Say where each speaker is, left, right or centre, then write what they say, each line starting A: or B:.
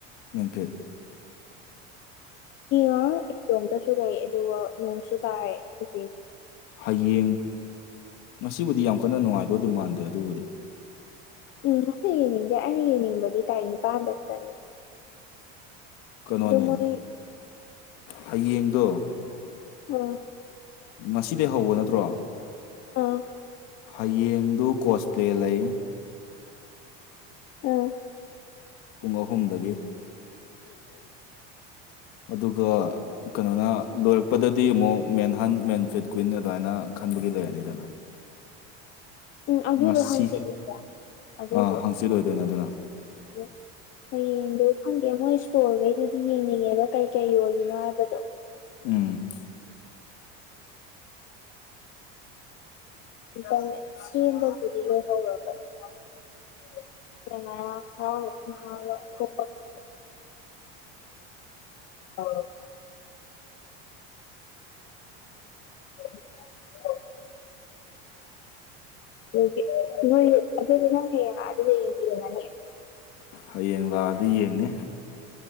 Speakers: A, on the left; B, on the left.
A: ꯃꯦꯟꯐꯤꯠ꯫
B: ꯌꯦꯡꯉꯔꯣꯏ ꯏꯇꯣꯝꯇꯁꯨ ꯂꯩ ꯑꯗꯨꯒ ꯅꯣꯡꯁꯨ ꯇꯥꯏ ꯍꯨꯖꯤꯛ꯫
A: ꯍꯌꯦꯡ ꯉꯁꯤꯕꯨꯗꯤ ꯌꯥꯝ ꯀꯟꯅ ꯅꯨꯡꯉꯥꯏꯗꯣꯗꯤ ꯃꯥꯟꯗꯦ ꯑꯗꯨꯕꯨꯗꯤ꯫
B: ꯎꯝ ꯑꯩ ꯌꯦꯡꯅꯤꯡꯗꯦ ꯑꯩꯅ ꯌꯦꯡꯅꯤꯡꯕꯗꯤ ꯇꯥꯔꯤꯛ ꯅꯤꯄꯜꯗ ꯈꯠꯇꯅꯤ꯫
A: ꯀꯅꯣꯅꯦ
B: ꯃꯣꯏ
A: ꯍꯌꯦꯡꯗꯣ꫰
B: ꯎꯝ
A: ꯉꯁꯤꯗꯩꯏ ꯍꯧꯕ ꯅꯠꯇ꯭ꯔꯣ꯫
B: ꯑꯥ꯫
A: ꯍꯌꯦꯡꯗꯣ ꯀꯣꯁꯄ꯭ꯂꯦ ꯂꯩꯏ꯫
B: ꯎꯝ꯫
A: ꯄꯨꯡ ꯑꯍꯨꯝꯗꯒꯤ꯫ ꯑꯗꯨꯒ ꯀꯅꯣꯅ꫰ ꯂꯣꯏꯔꯛꯄꯗꯗꯤ ꯑꯃꯨꯛ ꯃꯦꯟꯍꯟ ꯃꯦꯟꯐꯤꯠ ꯀ꯭ꯋꯏꯤꯟ ꯑꯗꯥꯏꯅ ꯈꯟꯕꯒꯤ ꯂꯩꯔꯅꯤꯗꯅ꯫
B: ꯎꯝ ꯑꯗꯨꯗꯣ
A: ꯉꯁꯤ
B: ꯍꯪꯆꯤꯠꯅꯦꯕ ꯑꯗꯨꯗꯣ꫰
A: ꯑꯥ ꯍꯥꯡꯆꯤꯠ
B: <unintelligible>
A: ꯑꯣꯏꯗꯣꯏꯅꯦ ꯑꯗꯨꯅ
B: ꯍꯌꯦꯡꯗꯣ ꯈꯪꯗꯦ ꯃꯣꯏ ꯏꯁ꯭ꯇꯣꯜꯉꯩ ꯗꯨꯗꯤ ꯌꯦꯡꯅꯤꯡꯉꯦꯕ ꯀꯩ ꯀꯩ ꯌꯣꯜꯂꯤꯅꯣ ꯍꯥꯏꯕꯗꯣ꯫
A: ꯎꯝ꯫
B: <unintelligible> ꯁꯦꯝꯕꯕꯨꯗꯤ ꯂꯣꯏꯍꯧꯔꯕꯅꯤ꯫ <unintelligible> <unintelligible> <unintelligible> <unintelligible> ꯅꯣꯏꯒꯤ ꯑꯗꯨꯗꯤ ꯅꯪ ꯍꯌꯦꯡ ꯑꯥꯗ ꯂꯩ <unintelligible>
A: ꯍꯌꯦꯡ ꯂꯥꯑꯗꯤ ꯌꯦꯡꯅꯤ꯫